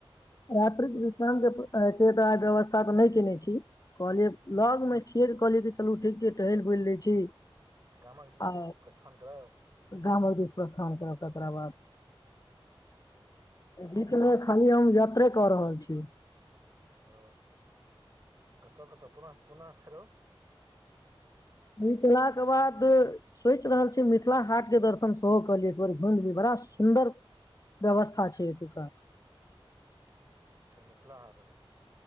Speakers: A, on the left; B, on the right.
A: रात्रिक विश्रामके छै तऽ आ व्यवस्था तऽ नहि कयने छी कहलियै
B: हूँ
A: लगमे छियै तऽ कहलियै चलू ठीक छै टहल बुलि लै छी
B: तऽ गामक
A: आ
B: दिस प्रस्थान करब
A: गामक बीच प्रस्थान करेब तकरा बाद
B: ओ
A: बीच मे खाली हम यात्रे क रहल छी
B: ओ कतहु कतहु पुनः पुनः फेरो
A: मिथिला के बाद सोचि रहल छी मिथिला हाट के दर्शन सेहो कलिय एकबर भज भी बड़ा सुन्दर व्यवस्था छै एतुका
B: अच्छा मिथिला हटक